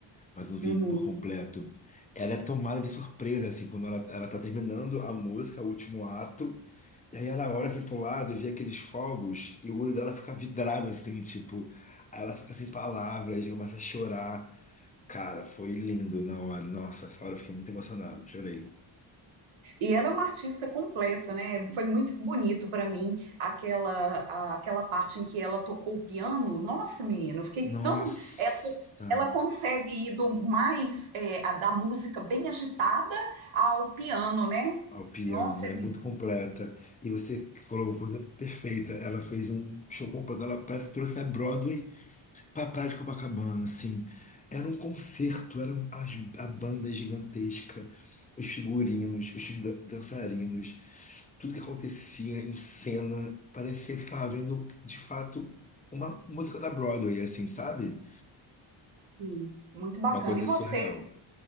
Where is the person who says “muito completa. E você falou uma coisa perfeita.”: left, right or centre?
Left